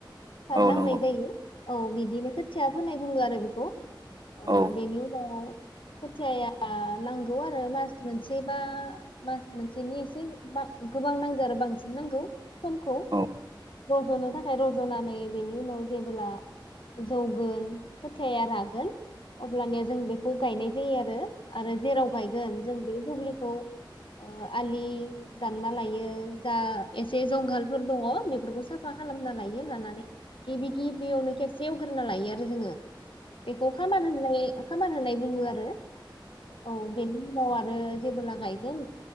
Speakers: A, on the left (about 85°); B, on the right (about 50°).
A: सारना
B: औ नंगौ
A: होनाय जायो औ बिदिनो खोथिया फोनाय बुङो आरो बेखौ ओ
B: औ
A: बेनि उनाव खोथियाया नांगौ आरो मास मोनसे बा मास मोनसेनि एसे बा-गोबां नांगौ आरो बांसिन नांगौ समखौ।
B: औ
A: रज'नो थाखाय रज'नानै बेनि उनाव जेबोब्ला जौगोन खोथियाया रागोन अब्लानिया जों बेखौ गायनाय जायो आरो आरो जेराव गायगोन जों बे दुब्लिखौ आलि दानना लायो जा एसे जंगालफोर दङ। बेफोरखौ साफा खालामना लायो। लानानै गिबि गिबियावनो खेबसे एवग्रोना लायो आरो जोङो। बेखौ खामार होनो नाय खामार होननाय बुङो आरो औ बेनि उनाव आरो जेबोब्ला गायगोन